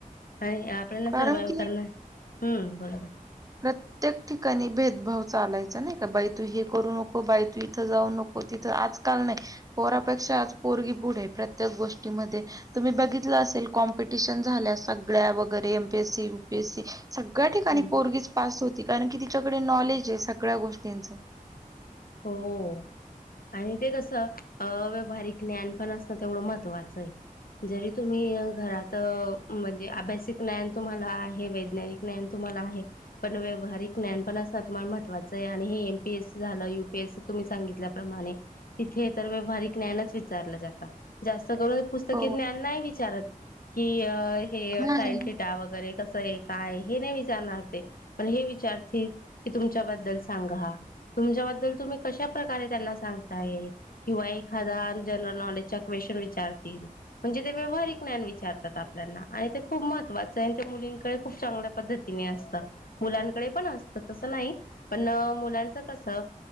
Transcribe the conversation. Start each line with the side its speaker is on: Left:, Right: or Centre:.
Left: आणि आपल्याना
Right: कारण
Left: सर्वाइव
Right: की
Left: करणं बोला ब
Right: प्रत्येक ठिकाणी भेदभाव चालायचं नाही का बाई तु हे करू नको बाई तू इथं जाऊ नको तिथं आजकाल नाही पोरापेक्षा आज पोरगी पुढ आहे प्रत्येक गोष्टीमध्ये तुम्ही बघितलं असेल कॉम्पिटिशन झाल्या सगळ्या वगैरे एमपीएससी युपीएससी सगळ्या ठिकाणी
Left: हम्म
Right: पोरगीज पास होती कारण की तिच्याकडे नॉलेज आहे सगळ्या गोष्टींच
Left: हो आणि ते कसं व्यावहारिक ज्ञानपणा असणं तेवढं महत्त्वाचं आहे जरी तुम्ही घरात म्हणजे अभ्यासिक ज्ञान तुम्हाला आहे वैज्ञानिक हे ज्ञान तुम्हाला आहे पण व्यवहारिक ज्ञान तुम्हाला असणं महत्वाचं आहे हे एम पीसी झालं तुम्ही सगितल्या प्रमाणे तिथे तर व्यवहारिक ज्ञान विचार जात? जास्त करून पुस्तकी
Right: हो
Left: ज्ञान नाही विचारत की हे
Right: नाही
Left: सायंटि वगैरे कसं आहे काय हे नाही विचारणार ते पण हे विचारतील की तुमच्याबद्दल सांगा तुमच्याबद्दल तुम्ही कशा प्रकारे त्यांना सांगताय. किंवा एक हजार जनरल नॉलेजच्या क्वेश्चन विचारतील म्हणजे ते व्यवहारिक ज्ञान विचारतात आपल्याला आणि ते खूप महत्त्वाचं आहे त्या मुलींकडे खूप चांगलं. पद्धतीने असत मुलांकडे पण असत तस नाही पण मुलांच कसं